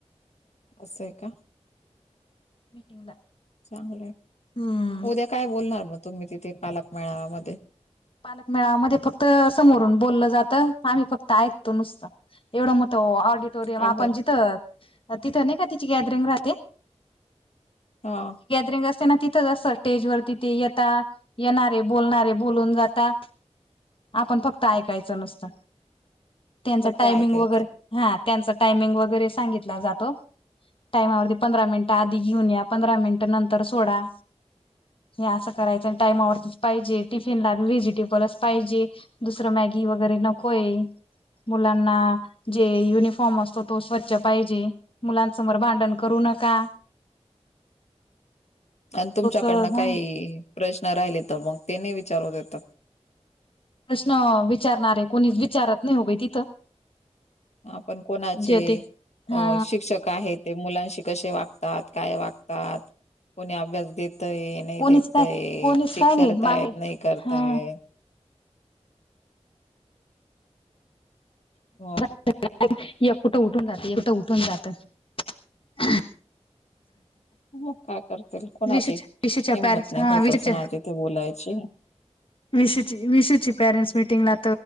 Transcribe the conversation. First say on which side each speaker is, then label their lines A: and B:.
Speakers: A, on the left (about 70°); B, on the left (about 50°).
A: असंय का.
B: मीटिंगला
A: चांगलं आहे
B: हम्म
A: उद्या काय बोलणार मग तुम्ही तिथे पालक मेळाव्या म.
B: पालकमेळावमध्ये फक्त समोरून बोललं जातं आम्ही फक्त ऐकतो नुसतं. एढ मतऑिट ोरियम
A: का
B: आपण
A: बर
B: जिथ तिथं नाही का तिची गॅदरिंग राहते.
A: हा
B: गॅदरिंग असते ना तिथं असत स्टेज वर तिथे येता येणारे बोलणारे बोलून जात. आता आपण फक्त ऐकायचं नसतं त्यांच
A: फक्त
B: टायमिंग
A: ऐकायचं
B: वगैरे. हा त्यांचा टायमिंग वगैरे सांगितला जातो. टायमावरती पंधरा मिनिटं आधी घेऊन या पंधरा मिनिटं नंतर सोडा. हे असं करायचं आणि टायमावरतीच पाहिजे टिफिन लाी व्हजिट. ेबलच पाहिजे दुसरं मॅगी वगैरे नकोय. मुलांना जे युनिफॉर्म असतो तो स्वच्छ पाहिजे. मुलांसमोर भांडण करू नका.
A: हा आणि तुमच्याकडनं
B: तोच ह
A: काही प्रश्न राहिले तर मग ते नाही विचारू देतात.
B: प्रश्न विचारणार आहे कोणी विचारत नाही होवे तिथं.
A: आपण कोणाचे
B: जेते
A: अ
B: हा
A: शिक्षक का हे ते मुलांशी कसे वागतात काय वागतात कोणी अभ्यास देतय. नाही
B: कोणीच
A: देतय
B: काय कोणीच
A: चेक
B: काय नाही
A: करतायत
B: मागे
A: नाही करताय.
B: हा
A: मग
B: <unintelligible> कुठं उठून जातात कुठं उठून जातात.
A: मग काय करतील कोणाची
B: विशूच्या
A: हिंमत
B: विशूच्या पॅरेंट्स
A: नाही
B: हा
A: होत
B: विशूच्या
A: असणार तिथे बोलायची. हा <unintelligible>
B: विशूची विशूची पॅरेंट्स मीटिंगला